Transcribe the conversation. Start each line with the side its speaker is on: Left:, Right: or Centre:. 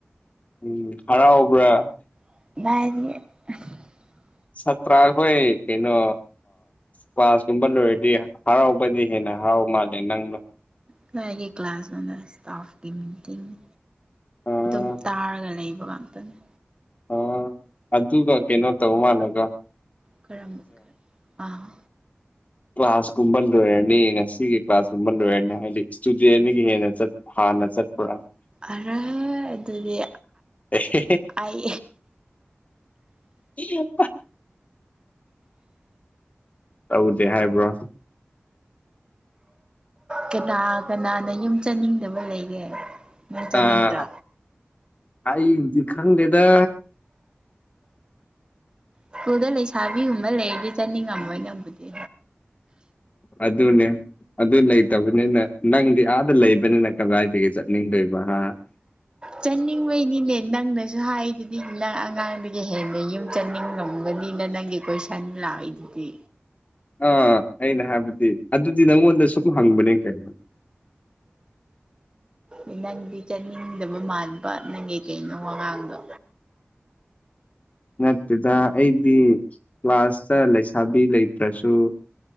Left: ꯎꯝ ꯍꯔꯥꯎꯕ꯭ꯔꯥ
Right: <unintelligible>
Left: ꯁꯥꯇ꯭ꯔ ꯑꯩꯈꯣꯏ ꯀꯩꯅꯣ ꯀ꯭ꯂꯥꯁꯀꯨꯝꯕ ꯂꯣꯏꯔꯗꯤ ꯍꯔꯥꯎꯕꯗꯤ ꯍꯦꯟꯅ ꯍꯥꯔꯥꯎ ꯃꯜꯂꯦ ꯅꯪꯗꯣ
Right: ꯀꯅꯥꯒꯤ ꯀ꯭ꯂꯥꯁ ꯅꯣꯗ ꯏꯁꯇꯥꯐꯀꯤ ꯃꯤꯇꯤꯡꯅꯦ
Left: ꯑꯥ
Right: ꯑꯗꯨꯝ ꯇꯥꯔꯒ ꯂꯩꯕ ꯉꯥꯛꯇꯅꯦ
Left: ꯑꯣ ꯑꯗꯨꯒ ꯀꯩꯅꯣ ꯇꯧ ꯃꯥꯜꯂꯦꯀꯣ
Right: ꯀꯔꯝ ꯑꯥ
Left: ꯀ꯭ꯂꯥꯁ ꯀꯨꯝꯕ ꯂꯣꯏꯔꯅꯤ ꯉꯁꯤꯒꯤ ꯀ꯭ꯂꯥꯁꯀꯨꯝꯕ ꯂꯣꯏꯔꯅꯤ ꯍꯥꯏꯗꯤ ꯏꯁꯇꯨꯗꯦꯒꯤ ꯍꯦꯟꯅ ꯆꯠꯄ ꯍꯟꯅ ꯆꯠꯄ
Right: ꯑꯔꯥ ꯑꯗꯨꯗꯤ
Left: ꯑꯦ ꯍꯦ
Right: ꯑꯩ
Left: ꯍꯦ ꯇꯧꯗꯦ ꯍꯥꯏꯕ꯭ꯔꯣ
Right: ꯀꯅꯥ ꯀꯅꯥꯅ ꯌꯨꯝ ꯆꯠꯅꯤꯡꯗꯕ ꯂꯩꯒꯦ ꯅꯪ ꯆꯠꯅꯤꯡꯗ꯭ꯔꯥ
Left: ꯑꯥ ꯑꯩꯗꯤ ꯈꯪꯗꯦꯗ
Right: ꯁ꯭ꯀꯨꯜ ꯂꯩꯁꯥꯕꯤꯒꯨꯝꯕ ꯂꯩꯔꯗꯤ ꯆꯠꯅꯤꯡꯉꯝꯃꯣꯏ ꯅꯪꯕꯨꯗꯤ
Left: ꯑꯗꯨꯅꯦ ꯑꯗꯨ ꯂꯩꯇꯕꯅꯤꯅ ꯅꯪꯗꯤ ꯑꯥꯗ ꯂꯩꯕꯅꯤꯅ ꯀꯗꯥꯏꯗꯒꯤ ꯆꯠ ꯅꯤꯡꯗꯣꯏꯕ ꯍꯥ
Right: ꯆꯠꯅꯤꯡꯕꯩꯅꯤꯅꯦ ꯅꯪꯅ ꯁꯨ ꯍꯥꯏꯗꯨꯗꯤ ꯅꯪ ꯑꯉꯥꯡꯗꯒꯤ ꯍꯦꯟꯅ ꯌꯨꯝ ꯆꯠꯅꯤꯡꯉꯝꯒꯅꯤꯅ ꯅꯪꯒꯤ ꯀꯣꯏꯁꯟ ꯂꯥꯛꯏꯗꯨ ꯗꯤ
Left: ꯑꯥ ꯑꯩꯅ ꯍꯥꯏꯕꯗꯤ ꯑꯗꯨꯗꯤ ꯅꯪꯉꯣꯟꯗ ꯁꯨꯝ ꯍꯪꯕꯅꯦ ꯀꯩꯅꯣ
Right: ꯑꯦ ꯅꯪꯗꯤ ꯆꯠꯅꯤꯡꯗꯕ ꯃꯥꯟ ꯕꯥ ꯅꯪꯒꯤ ꯀꯩꯅꯣ ꯋꯥꯉꯥꯡꯗꯣ
Left: ꯅꯠꯇꯦꯗ ꯑꯩꯗꯤ ꯀ꯭ꯂꯥꯁꯇ ꯂꯩꯁꯥꯕꯤ ꯂꯩꯇ꯭ꯔꯁꯨ